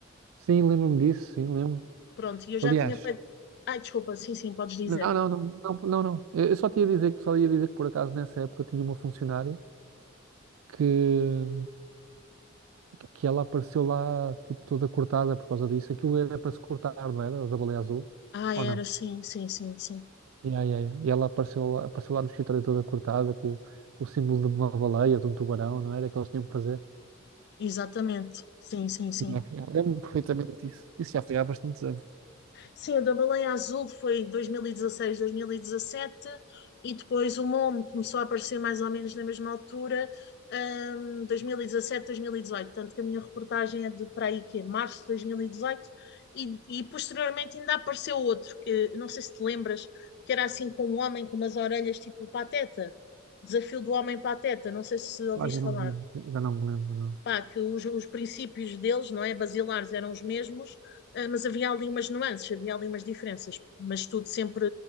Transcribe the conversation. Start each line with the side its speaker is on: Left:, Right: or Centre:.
Right: Sim, lembro-me disso, sim, lembro.
Left: Pronto, e eu já
Right: Aliás,
Left: tinha feito. Ai, desculpa, sim, sim, podes dizer.
Right: não, não, não, não, não, não. Eu eu só te ia dizer que só ia dizer que por acaso nessa época eu tinha uma funcionária que, que ela apareceu lá, tipo, toda cortada por causa disso. Aquilo era para se cortar, não era? Da baleia azul?
Left: Ah,
Right: Ou
Left: era,
Right: não?
Left: sim, sim, sim, sim.
Right: Yeah, yeah, yeah. E ela apareceu lá, apareceu lá no escritório toda cortada, com, com o símbolo de uma baleia, de um tubarão, não era? Que eles tinham que fazer.
Left: Exatamente. Sim, sim, sim.
Right: Yeah, yeah. Lembro-me perfeitamente disso. Isso já foi há bastantes anos.
Left: Sim, o da Baleia Azul foi 2016, 2017, e dezasseis, dois mil e dezassete, e depois o Momo começou a aparecer mais ou menos na mesma altura, hum, 2017, 2018. Tanto que a minha reportagem é de para aí que é março de 2018, e, dezoito, e e posteriormente ainda apareceu outro, que não sei se te lembras, que era assim com um homem com umas orelhas tipo Pateta, Desafio do Homem Pateta, não sei se ouviste
Right: Ah, já não
Left: falar
Right: me lembro, já não me lembro, não.
Left: pá, que os, os princípios deles, não é, basilares eram os mesmos, ah, mas havia ali umas nuances, havia ali umas diferenças, mas tudo sempre